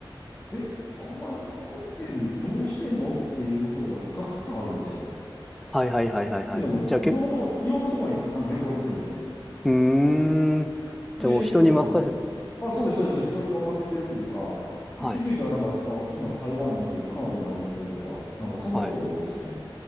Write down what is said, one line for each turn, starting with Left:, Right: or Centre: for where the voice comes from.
Left: え、あお前、ホテルどうしてんのっていうことがたくさんあるんですよ。
Centre: はい、はい、はい、
Left: っていうのも、
Centre: はい。はいじゃあ、
Left: いろんなところ、
Centre: け、
Left: いろんなところにあの旅行行ってるんで。
Centre: うーん。
Left: で、
Centre: じゃあもう人に任せ、
Left: ふと、うん。あ、そうです、そうです、そうです。太りに沸かせてるというか、
Centre: はい。
Left: で、気づいたらなんか、あ、今台湾にいて彼女に会いに来てるとか、なんかそんなことが多いですね。
Centre: はい。